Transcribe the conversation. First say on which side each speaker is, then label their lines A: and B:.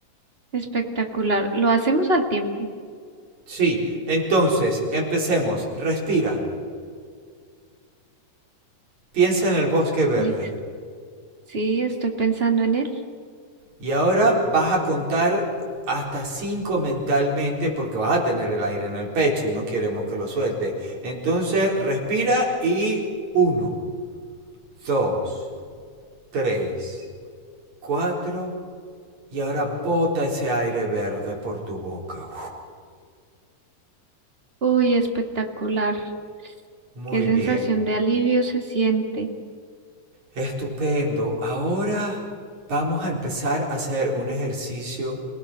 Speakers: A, on the right (about 25°); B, on the right (about 55°).
A: Espectacular. Lo hacemos al tiempo.
B: Sí, entonces, empecemos. Respira. Piensa en el bosque verde.
A: Listo. Sí, estoy pensando en él.
B: Y ahora vas a contar hasta 5 mentalmente porque vas a tener el aire en el pecho y no queremos que lo suelte. Entonces, respira y uno, 2, 3, 4 y ahora bota ese aire verde por tu boca.
A: Uy, espectacular.
B: muy
A: Qué sensación
B: bien.
A: de alivio se siente.
B: Estupendo. Ahora vamos a empezar a hacer un ejercicio